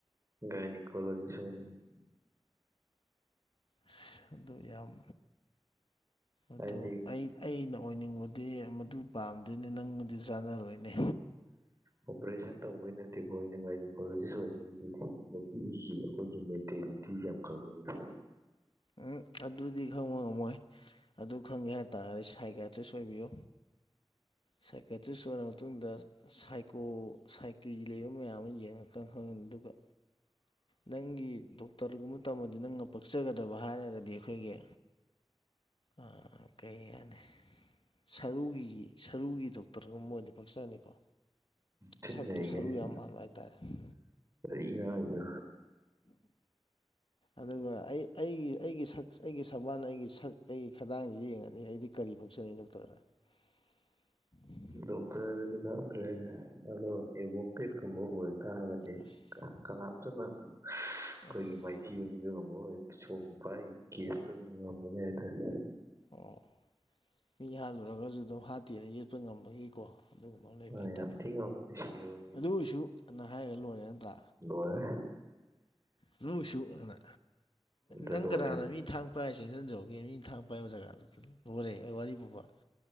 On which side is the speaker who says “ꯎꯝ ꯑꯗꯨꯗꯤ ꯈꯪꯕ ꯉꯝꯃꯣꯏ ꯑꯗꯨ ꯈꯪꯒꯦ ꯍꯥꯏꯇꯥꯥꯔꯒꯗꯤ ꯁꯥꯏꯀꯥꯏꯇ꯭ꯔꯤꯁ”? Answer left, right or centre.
Left